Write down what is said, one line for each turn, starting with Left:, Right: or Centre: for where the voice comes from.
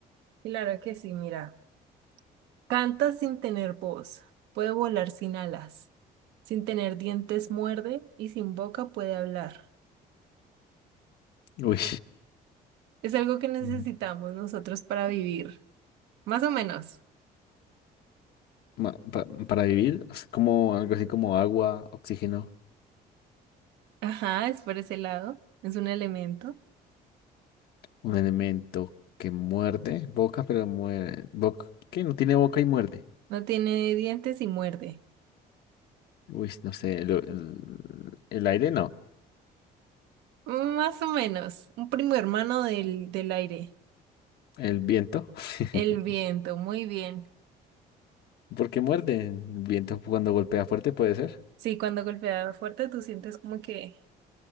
Right: Claro que sí, mira. Canta sin tener voz, puede volar sin alas, sin tener dientes muerde y sin boca puede hablar.
Left: Uy,
Right: Es algo que necesitamos
Left: Mm,
Right: nosotros para vivir, más o menos.
Left: ma- pa- para vivir, es como algo así como agua, oxígeno.
Right: Ajá, es por ese lado, es un elemento.
Left: Un elemento que muerde, boca, pero muerde, boca, que no tiene boca y muerde.
Right: No tiene dientes y muerde.
Left: Uy, no sé, el, el- el aire no,
Right: Más o menos, un primo hermano del, del aire,
Left: el viento.
Right: el viento,
Left: <laughs>
Right: muy bien.
Left: Porque muerde? El viento cuando golpea fuerte puede ser.
Right: Sí, cuando golpea fuerte tú sientes como que